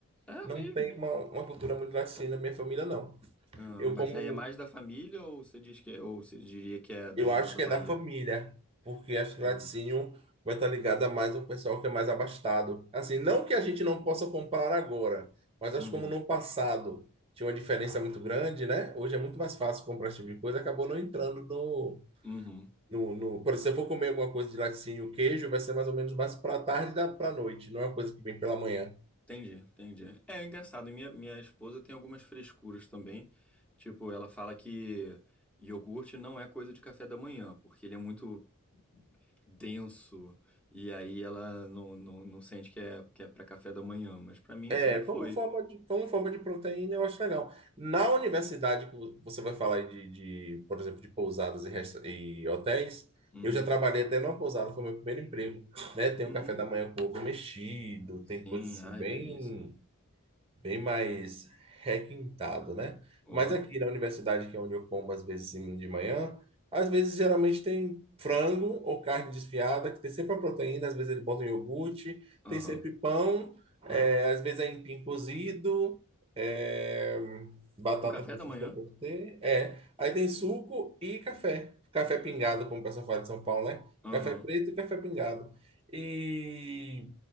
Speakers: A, in the centre; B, on the right.
A: É
B: Não
A: mesmo.
B: tem uma, uma cultura muito laticínio na minha família, não.
A: Ah,
B: Eu
A: mas
B: como,
A: aí é mais da família ou você diz que é, ou você diria que é da
B: eu
A: região
B: acho
A: da
B: que
A: Bahia?
B: é da família, porque acho que
A: Uhum.
B: laticínio vai estar ligado a mais o pessoal que é mais abastado. Assim, não que a gente não possa comprar agora, mas acho
A: Uhum.
B: que como no passado tinha uma diferença muito grande, né? Hoje é muito mais fácil comprar esse tipo de coisa, acabou não entrando no,
A: Uhum.
B: no, no... Por exemplo, se eu for comer alguma coisa de laticínio, queijo, vai ser mais ou menos mais para tarde da para noite, não é uma coisa que vem pela manhã.
A: Entendi, entendi. É engraçado, minha, minha esposa tem algumas frescuras também. Tipo, ela fala que iogurte não é coisa de café da manhã, porque ele é muito denso. E aí ela não, não, não sente que é, que é para café da manhã. Mas pra mim
B: É,
A: sempre
B: como
A: foi.
B: forma de, como forma de proteína, eu acho legal. Na universidade, que vo- você vai falar aí de, de, por exemplo, de pousadas e, resta- e hotéis,
A: Uhum.
B: eu já trabalhei até numa pousada, foi meu primeiro emprego, né? Tem
A: Uhum.
B: o café da manhã com ovo mexido,
A: Sim,
B: tem coisas assim
A: ai,
B: bem
A: delícia.
B: bem mais requintado, né?
A: Oh,
B: Mas aqui na universidade, que é onde eu como às vezes em- de manhã, às vezes geralmente tem frango ou carne desfiada, que tem sempre a proteína, às vezes eles botam iogurte,
A: aham.
B: tem sempre pão, é, às vezes é empim cozido, é, batata
A: No café
B: cozida
A: da manhã?
B: pode ter, é. Aí tem suco e café. Café pingado, como o pessoal fala de São Paulo, né?
A: Aham.
B: Café preto e café pingado. E